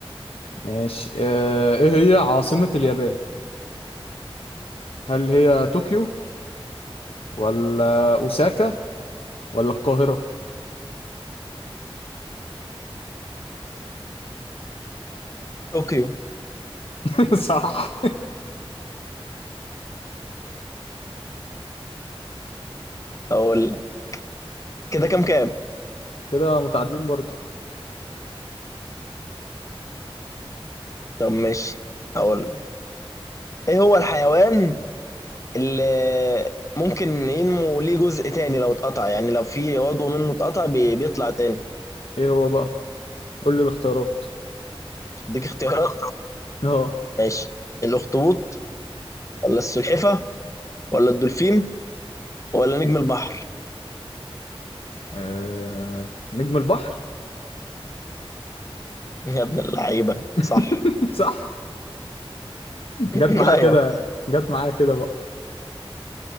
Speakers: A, on the left; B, on the left.
A: ماشي آه، ايه هي عاصمة اليابان هل هي طوكيو ولا اوساكا ولا القاهرة
B: طوكيو
A: <laughs> صح
B: اقول لك. كده كام كام
A: كده متعادلين برضو
B: طب ماشي اقول لك. ايه هو الحيوان اللي ممكن ينمو ليه جزء تاني لو اتقطع يعني لو في عضو منه اتقطع بي- بيطلع تاني
A: ايه هو بقى قول لي الاختيارات
B: اديك اختيارات
A: اه
B: ماشي الاخطبوط ولا السلحفه ولا الدولفين ولا نجم البحر
A: آه، نجم البحر
B: يا ابن اللعيبة
A: <laughs>
B: صح
A: صح جت
B: <laughs>
A: معايا
B: ايوه
A: كده جت معايا كده بقى